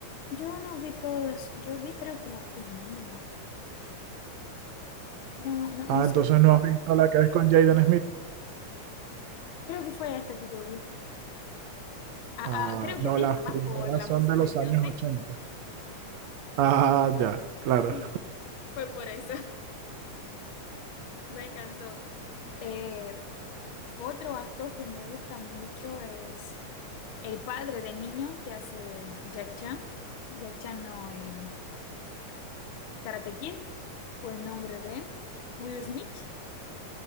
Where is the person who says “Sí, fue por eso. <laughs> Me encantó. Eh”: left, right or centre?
Left